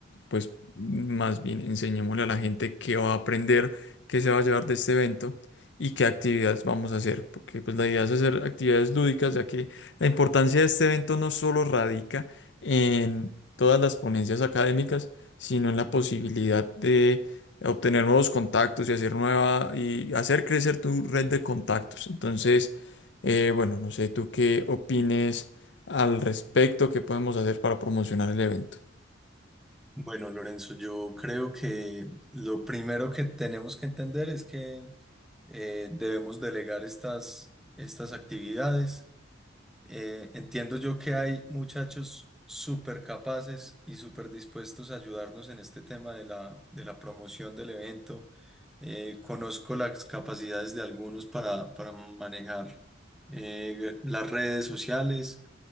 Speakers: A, on the left; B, in the centre.
A: pues más bien enseñémosle a la gente qué va a aprender, qué se va a llevar de este evento. y qué actividades vamos a hacer, porque pues la idea es hacer actividades lúdicas, ya que la importancia de este evento no solo radica en todas las ponencias académicas, sino en la posibilidad de obtener nuevos contactos y hacer nueva y hacer crecer tu red de contactos. Entonces, eh, bueno, no sé tú qué opines al respecto, qué podemos hacer para promocionar el evento.
B: Bueno, Lorenzo, yo creo que lo primero que tenemos que entender es que eh, debemos delegar estas, estas actividades Eh, entiendo yo que hay muchachos súper capaces y súper dispuestos a ayudarnos en este tema de la, de la promoción del evento. Eh, conozco las capacidades de algunos para, para manejar eh, las redes sociales.